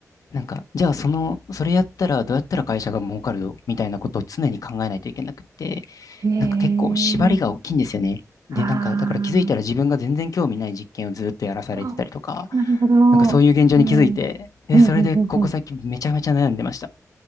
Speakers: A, on the left; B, on the right.
A: なんか、じゃあその、それやったらどうやったら会社が儲かるのみたいなことを常に考えないといけなくって、
B: ええ
A: なんか結構縛りが大きいんですよね。で、
B: あ
A: なんか、だから気づいたら自分が全然興味ない実験をずっとやらされてたりとか、
B: あ、あ、なるほど。
A: なんかそういう現状に気づいて、
B: うん。うん
A: で、
B: うんうんうん。
A: それでここ最近めちゃめちゃ悩んでました。